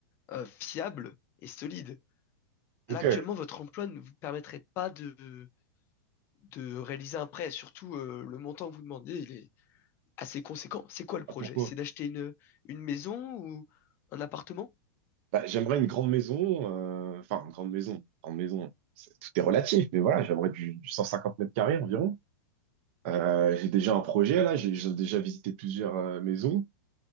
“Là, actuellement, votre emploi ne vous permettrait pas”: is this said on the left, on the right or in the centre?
Left